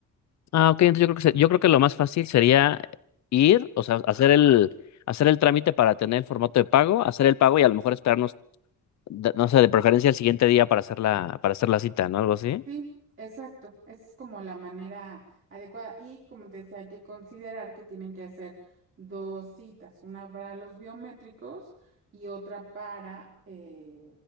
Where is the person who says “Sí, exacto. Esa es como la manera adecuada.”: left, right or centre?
Right